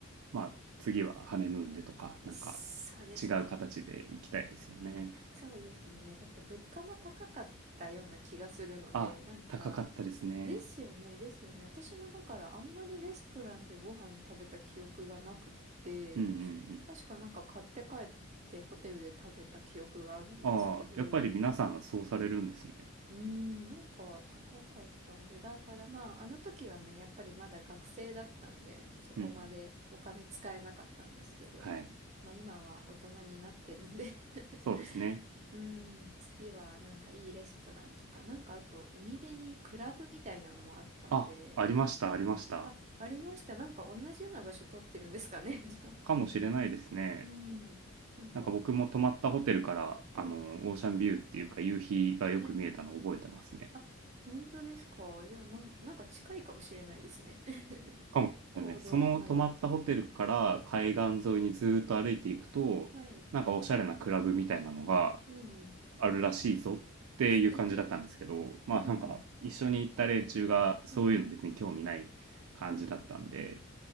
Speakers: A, on the right; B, on the right.
A: まあ、次はハネムーンでとか、なんか
B: そうですね。
A: 違う形で行きたいですよね。
B: そうですね。やっぱ物価も高かったような気がするので、
A: あ、
B: なんか、
A: 高かったですね。
B: ですよね、ですよね。私もだからあんまりレストランでご飯食べた記憶がなくって、
A: うんうんうん。
B: 確かなんか買って帰ってホテルで食べた記憶があるんですけど、
A: ああ、やっぱり皆さんそうされるんですね。
B: うーん、なんか高かったんで、だからまあ、あの時はね、やっぱりまだ学生だったんで、そこまでお金使えなかったんですけど、
A: うんうん。はい。
B: まあ今は大人になってるんで <laughs>
A: そうですね。
B: うーん、次はなんかいいレストランとか、なんかあと海辺にクラブみたいなのもあったんで、
A: あ、ありました、ありました。
B: あ、ありました。なんか同じような場所取ってるんですかね、<laughs> じゃあ。
A: かもしれないですね。
B: うーん、なんか、
A: なんか僕も泊まったホテルから、
B: はい。
A: あの、オーシャンビューっていうか夕日がよく見えたのを覚えてますね。
B: はいあ、本当ですかじゃあ、なん、なんか近いかもしれないですね。<laughs>
A: かもしれない。
B: 行動範囲が。
A: その泊まったホテルから海岸沿いにずーっと歩いていくと、
B: はい。はい。
A: なんかおしゃれなクラブみたいなのが
B: うんうん。
A: あるらしいぞっていう感じだったんですけど、
B: <laughs>
A: まあなんか一緒に行った連中がそういうの別に興味ない感じだったんで、
B: うんうん。うん。うん。